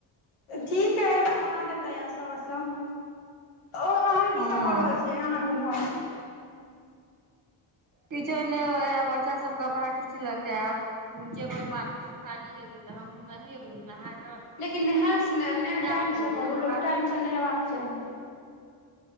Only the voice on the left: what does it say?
ठीक अई महादेव दया स सभ ओ अहाँ
की सब भऽ रहल छै अहाँ कुम्हर
लेकिन नहायल सुनायल
नहि टाइमसँ
करू
लोक
टाइमसँ नहेबाक चाही